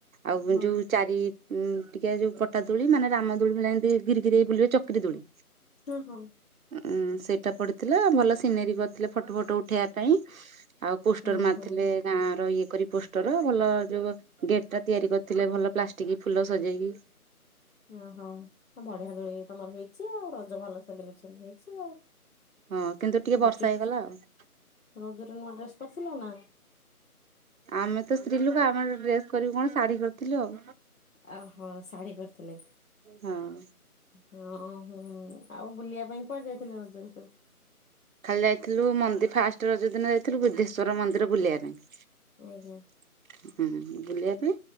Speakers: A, on the right; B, on the left.
A: ଆଉ
B: ହଁ
A: ଯୋଉ ଚାରି ଟିକିଆ ଯୋଉ ପଟା ଦୋଳି ମାନେ ରାମଦୋଳି ଭଳିଆ ଏମିତି ଘିରି ଘିରି ହେଇ ବୁଲିବ। ଚକିରି ଦୋଳି
B: ହଁ ହଁ
A: ଉଁ ସେଇଟା ପଢିଥିଲା ଭଲ ସିନେରି କରିଥିଲେ ଫଟ ଉଠେଇବା ପାଇଁ ଆଉ ପୋଷ୍ଟର
B: ଓହୋ
A: ମାରିଥିଲେ ଗାଁ ର ଇଏ କରି ପୋଷ୍ଟର ଭଲ ଯୋଉ। ଗେଟ ଟା ତିଆରି କରିଥିଲେ ଭଲ ପ୍ଲାଷ୍ଟିକ ଫୁଲ ସଜେଇକି।
B: ଓହୋ ଆ ବଢିଆ ଦୋଳି ତମର ହେଇଛି ଆଉ ରଜ ଭଲ ସେଲିବ୍ରେସନ ହେଇଛି। ଆଉ।
A: ହଁ କିନ୍ତୁ ଟିକେ
B: ଗୁପଚୁପ
A: ବର୍ଷା ହେଇଗଲା ଆଉ।
B: ରଜରେ ନୂଆ ଡ୍ରେସ୍ କରିଥିଲ ନାଁ।
A: ଆମେ ତ ସ୍ତ୍ରୀ ଲୋକ ଆମର ଡ୍ରେସ କରିବୁ କଣ ଶାଢୀ କରିଥିଲୁ। ଆଉ
B: ଆ ହଁ ଶାଢୀ କର ଥିଲେ
A: ହଁ।
B: ହଁ ହଁ। ଆଉ ବୁଲିବା ପାଇଁ କୁଆଡେ ଯାଇଥିଲେ ରଜରେ ସବୁ?
A: ଖାଲି ଯାଇଥିଲୁ ମନ୍ଦି ଫାର୍ଷ୍ଟ ରଜ ଦିନ ଯାଇଥିଲୁ ବୁଦ୍ଧେଶ୍ଵର ମନ୍ଦିର ବୁଲିବା ପାଇଁ।
B: ଆଜ୍ଞା
A: ହୁଁ ବୁଲିବା ପାଇଁ